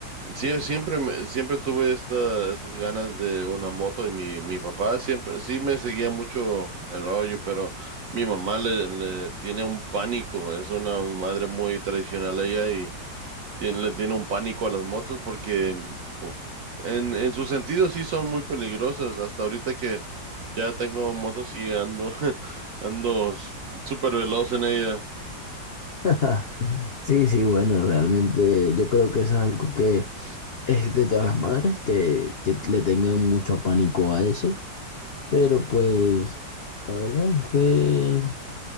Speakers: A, on the right; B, on the left.
A: Sí, siempre, me- siempre tuve esta, estas ganas de una moto y mi, mi papá siempre, sí me seguía mucho el rollo, pero mi mamá le, le tiene un pánico, es una madre muy tradicional ella y tiene, le tiene un pánico a las motos porque u- en, en su sentido sí son muy peligrosas. Hasta ahorita que ya tengo motos y ando, <laughs> ando s- súper veloz en ella.
B: <laughs> Sí, sí, bueno, realmente yo creo que eso es algo que es de todas las madres que, que le tengan mucho pánico a eso, pero pues la verdad es que